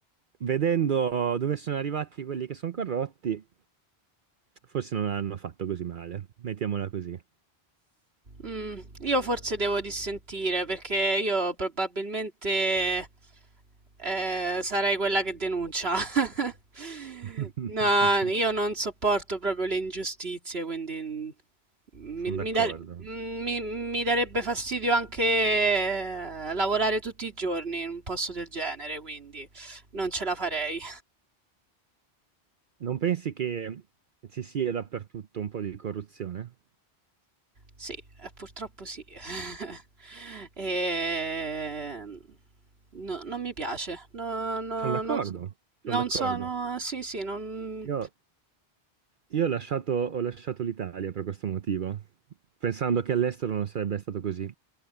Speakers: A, on the right; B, on the right.
A: vedendo dove sono arrivati quelli che sono corrotti, forse non hanno fatto così male. Mettiamola così.
B: Mm, io forse devo dissentire perché io probabilmente eh, sarei quella che denuncia. <laughs>
A: <laughs>
B: No, io non sopporto proprio le ingiustizie, quindi mm, mi,
A: Sono
B: mi
A: d'accordo.
B: da- mm, mi- mi darebbe fastidio anche eh, lavorare tutti i giorni in un posto del genere, quindi non ce la farei.
A: Non pensi che ci sia dappertutto un po' di corruzione?
B: Sì, eh, purtroppo sì. <laughs> Ehm, no- non mi piace. No- no-
A: Sono d'accordo,
B: non, s-
A: sono
B: non
A: d'accordo.
B: sono... Sì, sì, non...
A: Io Io ho lasciato, ho lasciato l'Italia per questo motivo, pensando che all'estero non sarebbe stato così.